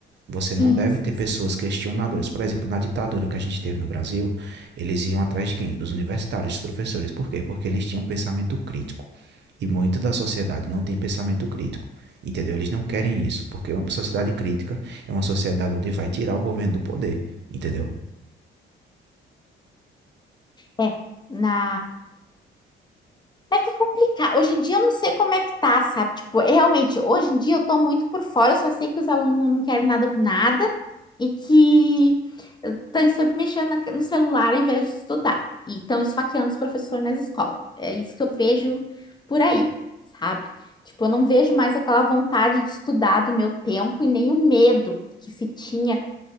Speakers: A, on the right (about 60°); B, on the left (about 20°).
A: Você
B: sim,
A: não deve
B: sim,
A: ter pessoas
B: sim.
A: questionadoras. Por exemplo, na ditadura que a gente teve no Brasil, eles iam atrás de quem? Dos universitários, dos professores. Por quê? Porque eles tinham pensamento crítico. E muito da sociedade não tem pensamento crítico. Entendeu? Eles não querem isso, porque uma sociedade crítica é uma sociedade onde vai tirar o governo do poder. Entendeu?
B: É, na É que é complicado. Hoje em dia eu não sei como é que tá, sabe? Tipo, é realmente, hoje em dia eu tô muito por fora, eu só sei que os alunos não querem nada com nada e que estão sempre mexendo na- no celular ao invés de estudar. E estão esfaqueando os professores nas escolas. É isso que eu vejo por aí, sabe? Tipo, eu não vejo mais aquela vontade de estudar do meu tempo e nem o medo que se tinha